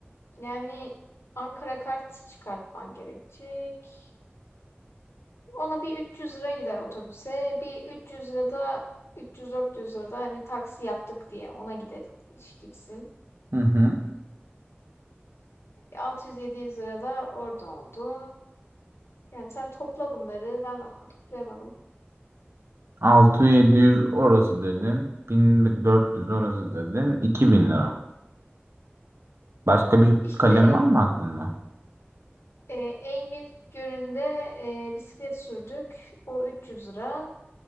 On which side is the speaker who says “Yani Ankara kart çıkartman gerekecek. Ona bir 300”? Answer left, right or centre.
Left